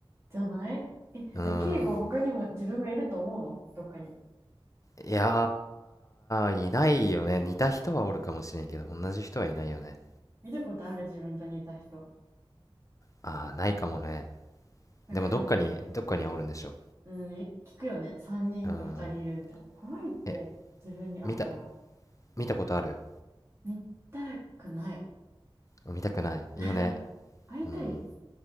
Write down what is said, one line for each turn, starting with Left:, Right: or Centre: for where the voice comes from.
Right: じゃないえ、
Left: うん。
Right: じゃあ、敬語は他にも自分がいると思うのどっかに。
Left: いやー、いないよね。似た人はおるかもしれんけど、同じ人はいないよね。
Right: 見たことある自分と似た人。
Left: あー、ないかもね。
Right: だからでも、
Left: でもどっかに、どっかにはおるんでしょ。
Right: うん、い聞くよね。3人か2人いるみたいな。
Left: うん。
Right: 怖いって、
Left: え、
Right: 自分に会ったら。
Left: 見た、見たことある
Right: 見たくない。
Left: 見たくない。
Right: <laughs>
Left: よね。
Right: 会いたい
Left: うん。